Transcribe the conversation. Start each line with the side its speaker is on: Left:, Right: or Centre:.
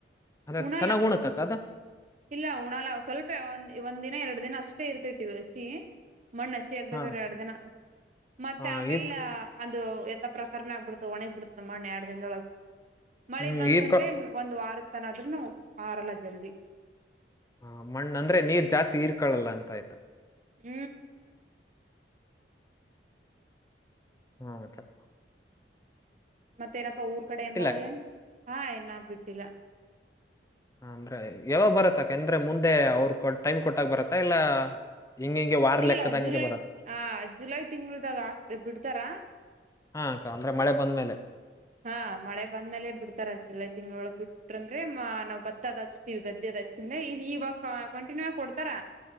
Left: ಅದ
Right: ಉಣಾಲ
Left: ಚೆನ್ನಾಗ್ ಉಣತಕ್ಕ ಅದು
Right: ಇಲ್ಲ ಉಣಾಲ ಸ್ವಲ್ಪ ಒಂದ್ ದಿನ ಎರಡು ದಿನ ಇಷ್ಟ ಇರ್ತೈ ದಿವಸಿ ಮಣ್ಣ ಹಸಿ ಆಗ್ಬೇಕ್ರ
Left: ಹಾ
Right: ಎರಡ್ ದಿನ ಮತ್ತೆ
Left: ಹಾ
Right: ಆಮೇಲ್
Left: ಈರ್ಕ
Right: ಇದು ಎಥ ಪ್ರಕಾರನ ಆಗ್ಬಡತ ಒಣಗ್ ಬಿಡತದ ಮಣ್ಣ ಎಡು ದಿನದೊಳಗೆ ಮಳೆ
Left: ಹ್ಮ್
Right: ಬಂತಂದ್ರೆ
Left: ಈರ್ಕ
Right: ಒಂದು್ ವಾರ ತಾನ ಅದ್ರ ನ ಆಾರಲ್ಲ ಜಲ್ದಿ
Left: ಹ ಮಣ್ಣ ಅಂದ್ರೆ ನೀರ್ ಜಾಸ್ತಿ ಇರ್ಕಳಲ್ಲ ಅಂತ ಆಯ್ತು
Right: ಹ್ಮ್
Left: ಹಾ ತಪ್ಪ
Right: ಮತ್ತೇನಪ್ಪಾ ಊರ್ ಕಡೆ ಏನ್ ಬರಲ್ಲೇ
Left: ಅಕ್ಕ.
Right: ಹಾ ಏನ ಬಿಟ್ಟಿಲ್ಲ
Left: ಹ ಅಂದ್ರೆ ಯಾವಾಗ ಬರತ್ತಕಂದ್ರೆ ಮುಂದೆ ಅವ್ರ ಕೊ ಟೈಮ್ ಕೊಟ್ಟಕ್ ಬರತ್ತ ಇಲ್ಲ ಹಿಂಗ ಹಿಂಗೆ ವಾರ
Right: ಇಲ್ಲ
Left: ಲೆಕ್ಕದಂಗೆ
Right: ಜುಲೈ
Left: ಬರತ್ತ
Right: ಆ ಜುಲೈ ತಿಂಗಳದಾಗ ಆ ಬಿಡ್ತಾರ
Left: ಹಾ ಅಕ್ಕ ಅಂದ್ರೆ ಮಳೆ ಬಂದ್ಮೇಲೆ
Right: ಹಾ ಮಳೆ ಬಂದ್ಮೇಲೆ ಬಿಡ್ತಾರ ಜುಲೈ ತಿಂ್ಗಳೊಳ ಬಿಟ್ರ ಅಂದ್ರೆ ನಾವ್ ಭತ್ತದ್ ಹಚ್ತಿೀವಿ ಗದ್ದೆ ಅ್ ಹಚ್ಚಿದ್ರೆ ಈ ಈವಾಗ ಕಂಟಿನ್ಯೂ ಆಗಿ ಕೊಡ್ತಾರ